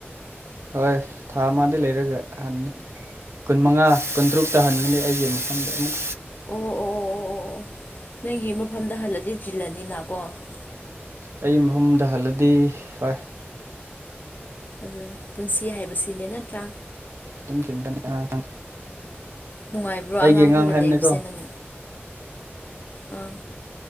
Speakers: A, on the right (about 80°); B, on the left (about 45°).
A: ꯍꯣꯏ ꯊꯥ ꯑꯃꯥꯗꯤ ꯂꯩꯔꯒ ꯍꯟꯅꯤ ꯀꯨꯟꯃꯉꯥ ꯀꯨꯟꯇꯔꯨꯛꯇ ꯍꯟꯒꯅꯤ ꯑꯩꯒꯤ ꯃꯐꯝꯗ ꯑꯃꯨꯛ
B: ꯑꯣ ꯑꯣ ꯑꯣ ꯑꯣ ꯑꯣ ꯅꯪꯒꯤ ꯃꯐꯝꯗ ꯍꯜꯂꯗꯤ ꯆꯤꯜꯂꯅꯤꯅꯥꯀꯣ
A: ꯑꯩ ꯃꯍꯝꯗ ꯍꯜꯂꯗꯤ ꯍꯣꯏ
B: ꯑꯗꯨꯅꯦ ꯄꯨꯟꯁꯤ ꯍꯥꯏꯕꯁꯤꯅꯦ ꯅꯠꯇ꯭ꯔꯥ
A: ꯑꯗꯨꯝ ꯆꯤꯡꯒꯅꯤ ꯑꯉꯥꯡ
B: ꯅꯨꯡꯉꯥꯏꯕ꯭ꯔꯣ
A: ꯑꯩꯒꯤ
B: ꯑꯉꯥꯡꯈꯣꯏꯒ
A: ꯑꯉꯥꯡ ꯍꯥꯏꯕꯅꯤꯀꯣ
B: ꯂꯩꯕꯁꯦ ꯅꯪ ꯑꯥ